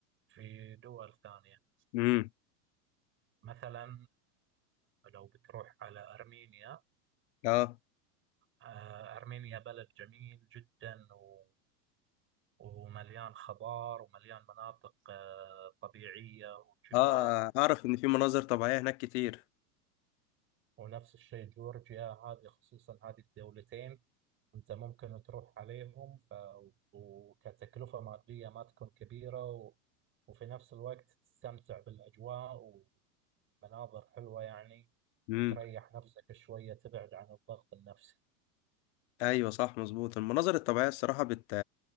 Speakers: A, on the right; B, on the left.
A: في دول ثانية
B: امم
A: مثلا آه، لو بتروح على أرمينيا
B: اه
A: آه، أرمينيا بلد جميل جدا و- ومليان خضار ومليان مناطق آه، طبيعية وجبال
B: اه
A: وكذا
B: اعرف ان في مناظر طبيعية هناك كتير
A: ونفس الشيء جورجيا هذه خصوصا هذه الدولتين أنت ممكن تروح عليهم ف... وكتكلفة مادية ما تكون كبيرة و... وفي نفس الوقت تستمتع بالأجواء مناظر حلوة يعني
B: امم
A: تريح نفسك شوية تبعد عن الضغط النفسي
B: ايوه صح مظبوط المناظر الطبيعيه الصراحه بت...